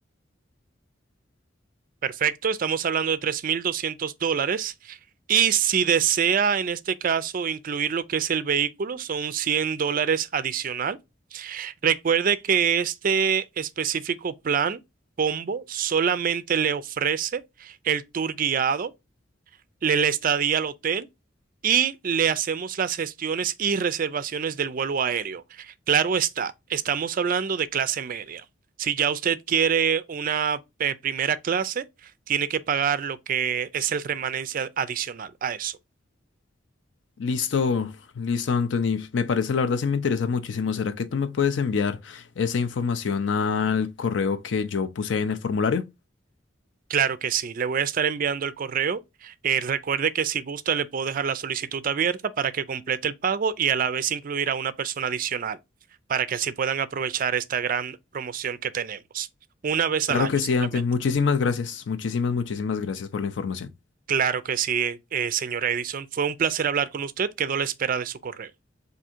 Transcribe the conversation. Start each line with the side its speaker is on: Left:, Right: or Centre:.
Right: Perfecto, estamos hablando de 3.200 dólares. Y si desea en este caso incluir lo que es el vehículo, son 100 dólares adicional. Recuerde que este específico plan combo solamente le ofrece el tour guiado le la estadía al hotel y le hacemos las gestiones y reservaciones del vuelo aéreo. Claro está, estamos hablando de clase media. Si ya usted quiere una eh, primera clase, tiene que pagar lo que es el remanencia adicional a eso.
Left: Listo, listo, Anthony. Me parece, la verdad, sí me interesa muchísimo. ¿Será que tú me puedes enviar esa información al correo que yo puse ahí en el formulario?
Right: Claro que sí, le voy a estar enviando el correo. Eh, recuerde que si gusta le puedo dejar la solicitud abierta para que complete el pago y a la vez incluir a una persona adicional, para que así puedan aprovechar esta gran promoción que tenemos. Una vez
Left: Claro
Right: al año
Left: que sí,
Right: simplemente.
Left: antes. Muchísimas gracias. Muchísimas, muchísimas gracias por la información.
Right: Claro que sí, eh, señora Edison. Fue un placer hablar con usted. Quedo a la espera de su correo.